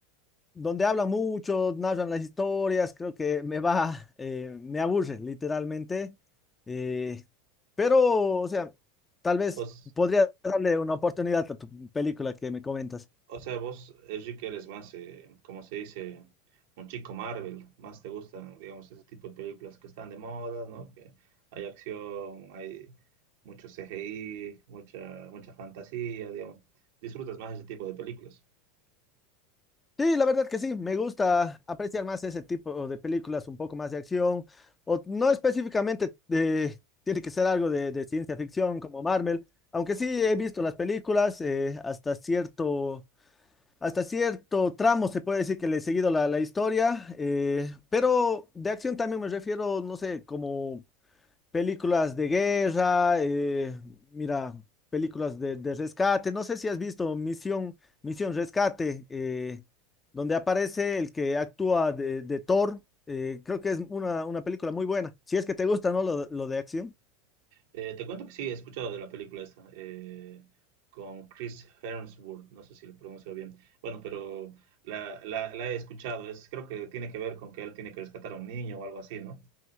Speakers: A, on the left; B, on the right.
A: donde hablan mucho, narran las historias, creo que me va, <laughs> eh, me aburre literalmente. Eh, pero, o sea, tal vez
B: Pues,
A: podría darle una oportunidad a tu película que me comentas.
B: O sea, vos, Enrique, eres más, eh, como se dice, un chico Marvel. Más te gustan, digamos, ese tipo de películas que están de moda, ¿no? Que hay acción, hay mucho CGI, mucha, mucha fantasía, digamos. Disfrutas más ese tipo de películas.
A: Sí, la verdad que sí, me gusta apreciar más ese tipo de películas, un poco más de acción, o no específicamente eh, tiene que ser algo de, de ciencia ficción como Marvel, aunque sí he visto las películas eh, hasta cierto Hasta cierto tramo se puede decir que le he seguido la, la historia, eh, pero de acción también me refiero, no sé, como películas de guerra, eh, mira, películas de, de rescate, no sé si has visto Misión, Misión Rescate, eh, donde aparece el que actúa de, de Thor, eh, creo que es una, una película muy buena, si es que te gusta, ¿no? Lo, lo de acción.
B: Eh, te cuento que sí, he escuchado de la película esta, eh, con Chris Hemsworth, no sé si lo pronuncio bien. Bueno, pero la, la, la he escuchado, es, creo que tiene que ver con que él tiene que rescatar a un niño o algo así, ¿no?